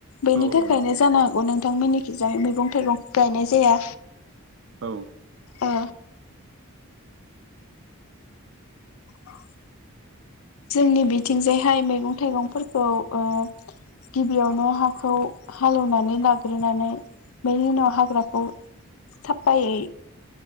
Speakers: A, on the left; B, on the right.
A: बेनि
B: औ
A: थाखायनो
B: औ नंगौ
A: जानो हागौ नों बिथांमोननिखिजों मैगं- थाइगं गायनाय जाया।
B: औ।
A: अ औ <unintelligible> जोंनि बि थिंजायहाय मैगं थाइगंफोरखौ ओ गिबियावनो हाखौ हालेवनानै लाग्रोनानै बेनि उनाव हाग्राखौ साफायै